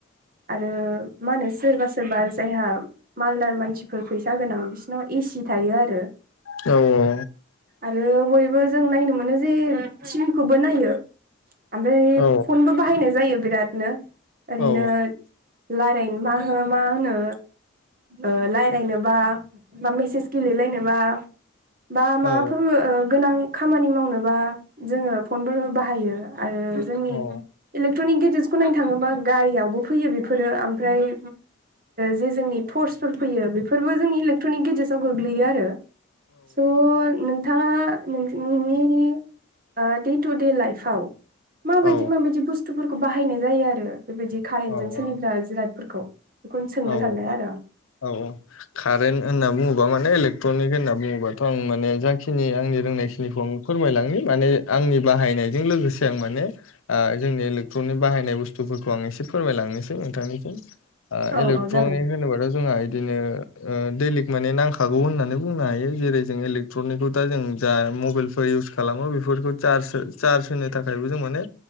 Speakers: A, on the right (about 45°); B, on the left (about 80°).
A: आरो मा होनो सोरबा सोरबा जायहा मालदार मानसिफोर फैसा गोनां बिसिनाव एसि थायो आरो।
B: औ औ।
A: आरो बयबो जों नायनो मोनो जे सिबिंखौबो नायो। ओमफ्राय
B: औ
A: फनबो बाहायनाय जायो बिरादनो ओरैनो
B: औ
A: लायरायनो मा हो मा होनो ओ रायलायनोबा बा मेसेज गेलेलायनोबा बा माबाफोर
B: औ
A: गोनां खामानि मावनोबा जोङो फनफोर बाहायो आरो जोंनि
B: औ
A: इलेक्ट्रनिक गेजेटसखौ नायनो थाङोबा गारियावबो फैयो बेफोरो ओमफ्राय जे जोंनि थर्सफोर फैयो बेफोरबो जोंनि इलेक्ट्रनिक गेजेटसाव गोग्लैयो आरो। थ' नोंथाङा नोंनि ओ दे टु दे लाइफआव माबायदि
B: औ
A: माबायदि बुस्थुफोरखौ बाहायनाय जायो आरो बेबायदि कारेन्टजों
B: औ
A: सोलिग्रा जिरादफोरखौ बेखौनो सोंनो
B: औ
A: सानबाय
B: औ
A: आरो आं
B: औ औ कारेन्ट होनना बुङोबा माने इलेकट्रनिक होनना बुङोबाथ' आं माने जाखिनि आंनि रोंनाय खिनिखौ फोरमायलांनि माने आंनि बाहायनायजों लोगोसे आं माने जोंनि इलेक्ट्रनिक बाहायनाय बुस्थुफोरखौ आं एसे फोरमायलांनोसै नोंथांनिसिम।
A: औ
B: इलेक्ट्रनिक
A: औ जागोन।
B: होनोबाथ' जोंहा इदिनो दैडेलिक माने नांखागौ होननानै बुंनो हायो जेरै जों इलेकट्रनिकखौ दा जों जा मबाइल इउस खालामो बेफोरखौार् चार्ज होनो थाखायबो जों माने